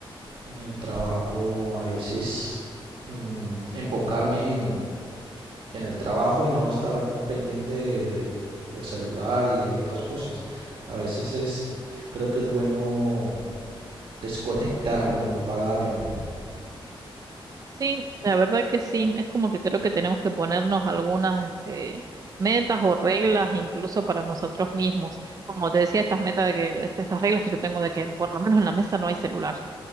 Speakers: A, on the right; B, on the right.
A: en el trabajo a veces mm, enfocarme en en el trabajo y no estar pendiente de, de- del celular y de otras cosas. A veces es, creo que es bueno desconectarlo, apagarlo.
B: Sí, la verdad que sí. Es como que creo que tenemos que ponernos algunas este, metas o reglas incluso para nosotros mismos. Como te decía, estas metas de que, este- estas reglas que yo tengo de que por lo menos en la mesa no hay celular.